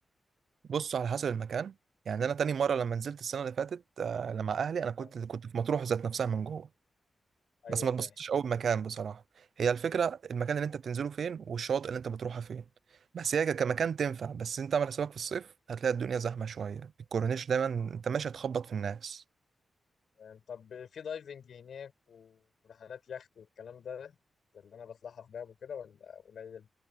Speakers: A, on the right; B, on the left.
A: بص على حسب المكان يعني انا تاني مره لما نزلت السنه اللي فاتت آه، لما اهلي انا كنت
B: آه.
A: كنت في مطروح ذات نفسها من جوه
B: ايوه
A: بس ما
B: فاهم
A: اتبسطتش قوي بمكان بصراحه هي الفكره المكان اللي انت بتنزله فين والشواطئ اللي انت بتروحها فين بس هي كمكان تنفع بس انت عامل حسابك في الصيف هتلاقي الدنيا زحمه شويه الكورنيش دايما انت ماشي هتخبط في الناس
B: يعني طب في دايفنج هناك ورحلات يخت والكلام ده زي اللي انا بطلعها في دهب وكده ولا قليل؟